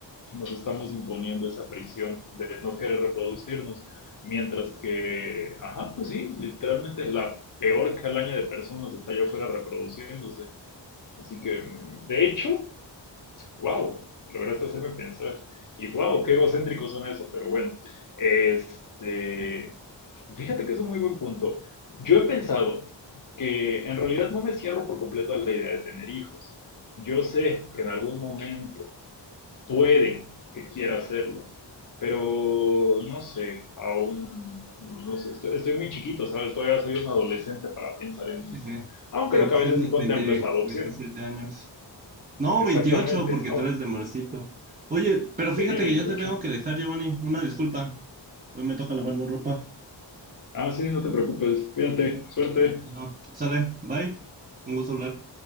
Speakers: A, on the left; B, on the right.
A: nos estamos imponiendo esa prisión de no querer reproducirnos, mientras que, ajá, pues sí, literalmente la peor calaña de personas está allá afuera reproduciéndose. Así que, mm, de hecho, wow, lograste hacerme pensar. Y wow, qué egocéntricos son eso, pero bueno, este, fíjate que es un muy buen punto. Yo he pensado que en realidad no me cierro por completo a la idea de tener hijos. Yo sé que en algún momento Puede que quiera hacerlo, pero no sé, aún, no sé, estoy, estoy muy chiquito, ¿sabes? Todavía soy un adolescente para pensar en eso.
B: Ujú.
A: Aunque
B: Te entusiasmas
A: lo que a veces sí contemplo
B: 20,
A: es la adopción,
B: 27 años. No,
A: exactamente.
B: 28, porque
A: Aunque,
B: tú eres de Marcito. Oye, pero fíjate
A: sí, 28.
B: que yo te tengo que dejar, Giovanni. Una disculpa. Hoy me toca lavar la ropa.
A: Ah, sí, no te preocupes, cuídate, suerte.
B: No, sale. Bye. Un gusto hablar.